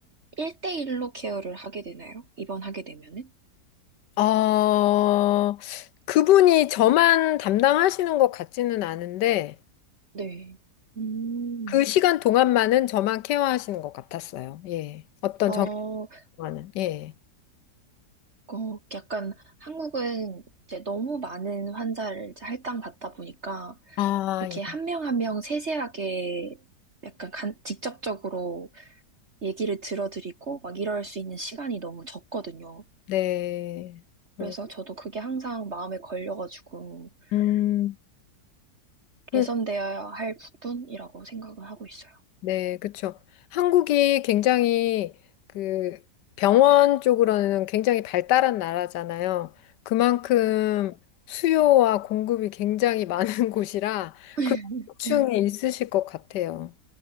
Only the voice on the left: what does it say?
어, 그분이 저만 담당하시는 것 같지는 않은데
그 시간 동안만은 저만 케어하시는 것 같았어요. 예. 어떤
정기만은. 예.
아,
예.
네. 그러-
음. 그
네, 그렇죠. 한국이 굉장히 그 병원 쪽으로는 굉장히 발달한 나라잖아요. 그만큼 수요와 공급이 굉장히 많은 <laughs> 곳이라
그런 고충이
있으실 것 같아요.